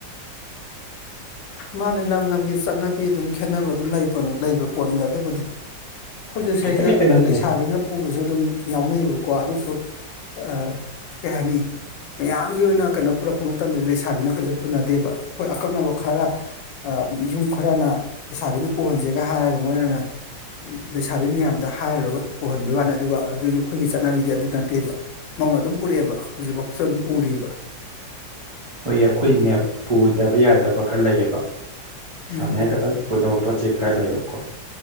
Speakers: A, on the left (about 80°); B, on the right (about 45°).
A: ꯃꯥꯅꯦ ꯂꯝ ꯂꯝꯒꯤ ꯆꯠꯅꯕꯤ ꯑꯗꯨꯝ ꯈꯦꯠꯅꯕ ꯑꯗꯨꯝ ꯂꯩꯕ ꯂꯩꯕ ꯄꯣꯠꯅꯤꯗ ꯑꯗꯨꯕꯨꯗꯤ ꯑꯩꯈꯣꯏꯁꯨ
B: ꯈꯤꯇꯪ
A: ꯁꯩꯖꯤꯗ
B: ꯈꯤꯇꯪ ꯅꯠꯇꯅꯦ
A: ꯂꯩꯁꯥꯕꯤꯅ ꯄꯨꯕꯁꯨ ꯑꯗꯨꯝ ꯌꯥꯎꯅꯩꯌꯦꯕꯀꯣ ꯑꯗꯨꯁꯨ ꯑ ꯀꯩ ꯍꯥꯏꯅꯤ ꯃꯌꯥꯝꯒꯤ ꯑꯣꯏꯅ ꯀꯩꯅꯣ ꯄꯨꯔꯛꯄ ꯃꯇꯝꯗꯗꯤ ꯂꯩꯁꯥꯕꯤꯅ ꯀꯩꯁꯨ ꯄꯨꯅꯗꯦꯕ ꯑꯩꯈꯣꯏ ꯑꯀꯛꯅꯕ ꯈꯔ ꯌꯨꯝ ꯈꯔꯅ ꯂꯩꯁꯥꯕꯤꯅ ꯄꯨꯍꯟꯁꯦꯒ ꯍꯥꯏꯔꯒ ꯃꯣꯏꯅꯅ ꯂꯩꯁꯥꯕꯤ ꯃꯌꯥꯝꯗ ꯍꯥꯏꯔꯨꯔꯒ ꯄꯣꯍꯟꯕꯒꯤ ꯋꯥꯅꯤ ꯑꯗꯨꯒ ꯑꯗꯨꯒꯤ ꯑꯩꯈꯣꯏꯒꯤ ꯆꯠꯅꯕꯤꯗꯤ ꯑꯗꯨ ꯅꯠꯇꯦꯕ ꯃꯧꯅ ꯑꯗꯨꯝ ꯄꯨꯔꯛꯑꯦꯕ ꯍꯧꯖꯤꯛꯐꯥꯎꯁꯨ ꯑꯗꯨꯝ ꯄꯨꯔꯤꯕ
B: ꯍꯣꯏ ꯑꯩꯈꯣꯏꯅꯦ ꯄꯨꯗꯕ ꯌꯥꯗꯕ ꯈꯔ ꯂꯩꯌꯦꯕ ꯑꯦꯁꯥꯅꯤꯅ
A: ꯎꯝ
B: ꯈꯛꯇꯪ ꯄꯨꯒꯗꯕ ꯄꯣꯠ ꯆꯩ ꯈꯔ ꯂꯩꯌꯦꯕꯀꯣ